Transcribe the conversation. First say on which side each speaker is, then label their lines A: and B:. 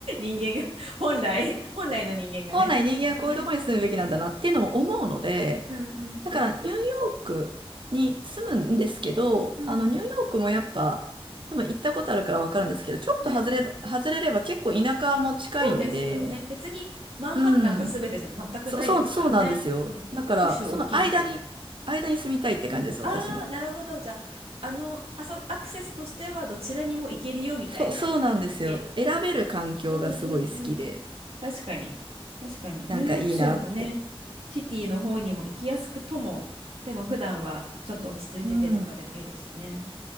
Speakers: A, on the right (about 75°); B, on the right (about 55°).
A: <laughs> 人間が、本来、本来の人間がね。
B: 本来人間はこういうところに住むべきなんだなっていうのを思うので、
A: そうだね。うんうんうんうん。
B: だからニューヨークに住むんですけど、
A: うん。
B: あのニューヨークもやっぱ多分行ったことあるからわかるんですけど、ちょっと外れば、
A: はい。
B: 外れれば結構田舎も近いんで、
A: そうですよね。別にマンハッタンが全てじゃ全くないですからね。
B: うん。そ、そう、そうなんですよ。
A: うん。
B: だからその間に、
A: ニューヨーク州大きいし。
B: 間に住みたいって感じです、
A: ああ、
B: 私も。
A: なるほど。じゃあ、あの、あそ、アクセスとしてはどちらにも行けるよみたいな、
B: そう、そうなんですよ。
A: 行け、
B: 選べる環境がすごい好きで、
A: うんうんうん。確かに。確かに。
B: なんかいいなって。
A: ニューヨーク州もね、シティの方にも行きやすくとも、でも普段はちょっと落ち着いててとかでもいいですしね。
B: うん。